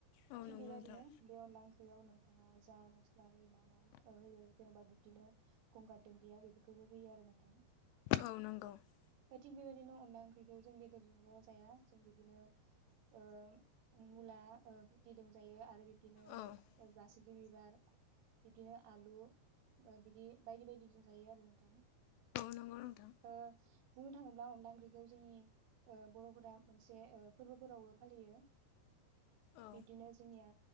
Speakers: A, on the left; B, on the right.
A: औ
B: थिग
A: नंगौ
B: बेबादिनो
A: नोंथां
B: बे अनला ओं ख्रियाव नोंथाङा जा मस्ला होयो नामा ओ होयो जेनेबा बिदिनो गंगार दोन्दिया बेफोरखोबो होयो आरो नोंथां।
A: औ नंगौ औ
B: थिग बेबायदिनो अनला ओंख्रिखौ जों बेदरजोंल' जाया जों बिदिनो ओम मुला ओ गुथिदोंबो जायो आरो बि दिनो ओ
A: औ
B: गासै <unintelligible> बिबार बिदिनो आलु ओ बिदि बायदि बायदिजों जायो आरो नोंथां
A: नंगौ नोंथां
B: ओ बुंनो थाङोब्ला बा ओंख्रिखौ जोंनि ओ बर'फोरा मोनसे ओ फोरबोफोरावबो फालियो।
A: औ
B: बिब्दिनो जोंनिया